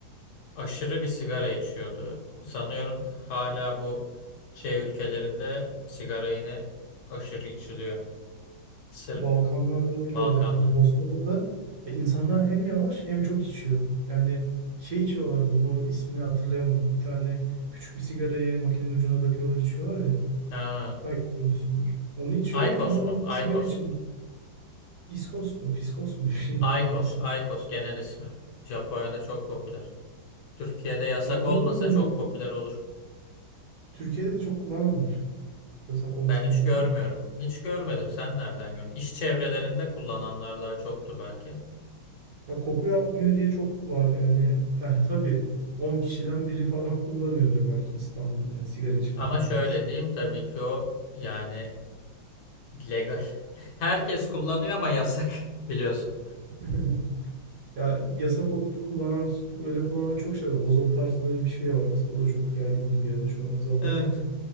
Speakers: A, on the left (about 65°); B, on the right (about 55°).
A: Aşırı bir sigara içiyordu. Sanıyorum hala bu şey ülkelerinde sigara yine aşırı içiliyor. Sırp,
B: Balkanlarda öyle
A: Balkanlar.
B: ya. Yani Bosna'da da ya insanlar hem yavaş hem çok içiyor. Yani şey içiyorlardı bu ismini hatırlayamadım. Bir tane küçük bir sigarayı makinenin ucuna takıyorlar içiyorlar ya.
A: Ha,
B: Belki görmüşsündür. Onu içiyorlar
A: Aykos
B: ama normal
A: mu?
B: sigara
A: Aykos.
B: için İskos mu, Piskos mu <laughs> bir şey
A: Aykos.
B: isim.
A: Aykos genel ismi. Japonya'da çok popüler. Türkiye'de yasak
B: Ben onu
A: olmasa
B: kullanıyorum.
A: çok popüler olur.
B: Türkiye'de de çok kullanan var. Yasak olmasına
A: Ben hiç
B: rağmen.
A: görmüyorum. Hiç görmedim. Sen nereden gördün? İş çevrelerinde kullananlar daha çoktur belki.
B: Ya koku yapmıyor diye çok var. Yani yani tabii 10 kişiden biri falan kullanıyordur belki İstanbul'da yani sigara içenlerin
A: Ama şöyle
B: arasında.
A: diyeyim tabii ki o yani legal. <laughs> Herkes kullanıyor ama yasak <laughs> biliyorsun.
B: <laughs> Ya yasak olup kullanan, öyle kullanan çok şey var. Ozol tarzı böyle bir şey de var. Mesela o da çok yaygındı bir ara. Şu an azaldı
A: Evet.
B: ama